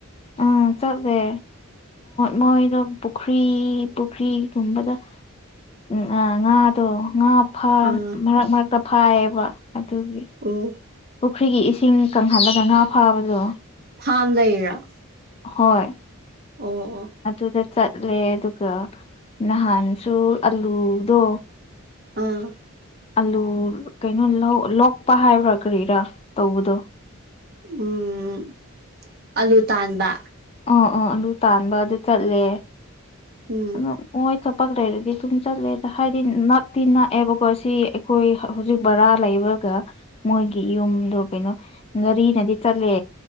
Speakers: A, on the left; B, on the right.
A: ꯎꯝ ꯆꯠꯃꯦ ꯃꯣꯏꯗꯣ ꯄꯨꯈ꯭ꯔꯤ ꯄꯨꯈ꯭ꯔꯤꯒꯨꯝꯕꯗ ꯎꯝ ꯑ ꯉꯥꯗꯣ ꯉꯥ
B: ꯑꯥ
A: ꯃꯔꯛ ꯃꯔꯛꯇ ꯐꯥꯏꯌꯦꯕ ꯑꯗꯨꯒꯤ
B: ꯑꯣ
A: ꯄꯨꯈ꯭ꯔꯤꯒꯤ ꯏꯁꯤꯡ ꯀꯪꯍꯜꯂꯒ ꯉꯥ ꯐꯥꯕꯗꯣ
B: ꯐꯥꯝꯗꯩꯔ
A: ꯍꯣꯏ
B: ꯑꯣ ꯑꯣ
A: ꯑꯗꯨꯗ ꯆꯠꯂꯦ ꯑꯗꯨꯒ ꯅꯍꯥꯟꯁꯨ ꯑꯂꯨꯗꯣ
B: ꯑꯥ
A: ꯑꯂꯨ ꯀꯩꯅꯣ ꯂꯣꯛꯄ ꯍꯥꯏꯕ꯭ꯔꯥ ꯀꯔꯤꯔꯥ ꯇꯧꯕꯗꯣ
B: ꯎꯝ ꯑꯂꯨ ꯇꯥꯟꯕ
A: ꯑꯥ ꯑ ꯑꯂꯨ ꯇꯥꯟꯕ ꯑꯗꯨ ꯆꯠꯂꯦ
B: ꯎꯝ
A: ꯑꯗꯨꯝ ꯃꯣꯏ ꯊꯄꯛ ꯂꯩꯔꯗꯤ ꯑꯗꯨꯨꯝ ꯆꯠꯂꯦꯗ ꯍꯥꯏꯗꯤ ꯅꯛꯇꯤ ꯅꯛꯑꯦꯕꯀꯣ ꯁꯤ ꯑꯩꯈꯣꯏ ꯍꯧꯖꯤꯛ ꯕꯔꯥ ꯂꯩꯕꯒ ꯃꯣꯏꯒꯤ ꯌꯨꯝꯗꯣ ꯀꯩꯅꯣ ꯒꯥꯔꯤꯅꯗꯤ ꯆꯠꯂꯦ